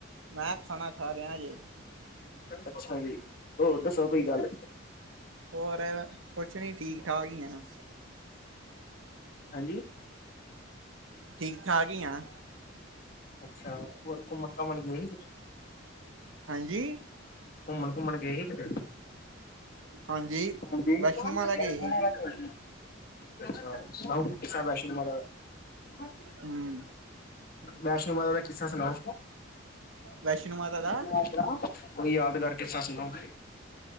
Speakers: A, on the right; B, on the left.
A: ਮੈਂ ਖਾਣਾ ਖਾ ਰਿਹਾਂ ਹਜੇ।
B: ਅੱਛਾ ਜੀ! ਹੋਰ ਦੱਸੋ ਕੋਈ ਗੱਲ।
A: ਹੋਰ ਕੁਛ ਨੀ, ਠੀਕ ਠਾਕ ਹੀ ਹਾਂ।
B: ਹਾਂਜੀ!
A: ਠੀਕ ਠਾਕ ਹੀ ਹਾਂ।
B: ਅੱਛਾ! ਹੋਰ, ਘੁੰਮਨ ਘਮਨ ਗਏ ਸੀ ਕਿਤੇ?
A: ਹਾਂਜੀ!
B: ਘੁੰਮਣ ਘੁੰਮਣ ਗਏ ਸੀ ਕਿਧਰ?
A: ਹਾਂਜੀ!
B: ਹਾਂਜੀ! ਵੈਸ਼ਨੋ
A: ਮਾਤਾ ਗਏ ਸੀ
B: ਦੇਵੀ, ਅੱਛਾ! ਸੁਨਾਓ ਕੋਈ ਕਿੱਸਾ ਵੈਸ਼ਨੋ ਦੇਵੀ ਮਾਤਾ ਦਾ। <inaudible>
A: ਹਮ
B: ਵੈਸ਼ਨੋ ਮਾਤਾ ਦਾ ਕਿੱਸਾ ਸੁਨਾਓ <inaudible>
A: ਵੈਸ਼ਨੋ ਮਾਤਾ ਦਾ
B: ਵੈਸ਼ਨੋ ਮਾਤਾ ਕੋਈ ਯਾਦਗਾਰ ਕਿੱਸਾ ਸੁਨਾਓ। <inaudible>